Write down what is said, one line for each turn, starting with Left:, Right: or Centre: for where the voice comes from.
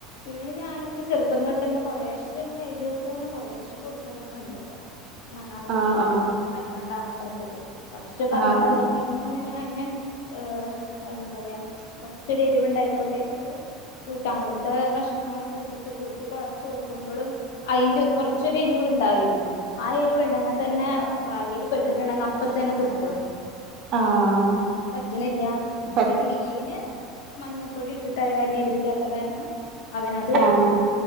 Left: ഇവന് ഞാനിങ്ങനെ ചെർപ്പം തൊട്ട് തന്നെ കൊറേശെ ങ്ങനെ എരൊക്കെങ്ങനെ കൊറേശെ കൊടുക്കുന്നൊക്കെ ണ്ട്ട്ടോ. <unintelligible>
Right: ആഹ് ആഹ്
Left: പറ്റാണ്ടാവണ്ട വെച്ചിട്ട് പക്ഷെ പറഞ്ഞിട്ട്
Right: ആഹ്
Left: എന്താ പി തന്നെ ഞാന് ഏഹ്‌ എന്താ പറയാ കൊർച്ചൊരു എരിവ്ണ്ടായിക്കോട്ടെ വച്ചിട്ട്. കൂട്ടാൻലത്തെ കഷ്ണങ്ങളൊക്കെ ട്ത്തിട്ട് കൂട്ടി കൊഴച്ച് കൊടുക്കുമ്പഴും അയിന്റെ കൊർച്ച്. എരിവ് ഇണ്ടാവില്ലേ? ആ എരിവ്ണ്ടെങ്ക തന്നെ വായേല് പെട്ട്ട്ട്ണ്ടെങ്ക അപ്പ തന്നെ തുപ്പ.
Right: ആഹ്‌
Left: പറ്റണില്ല
Right: പ
Left: പിന്നെ മീന് മഞ്ഞൾപ്പൊടി ഇട്ടിട്ടായ കാരണം എരിവ് ലാത്ത കാരണം. അവൻ അത് കഴിക്കും
Right: ആഹ്